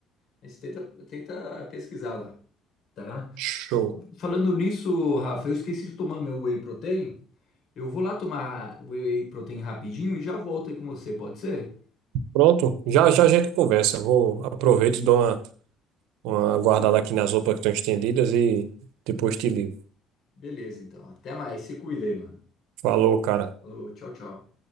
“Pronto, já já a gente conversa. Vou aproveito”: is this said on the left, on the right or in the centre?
Right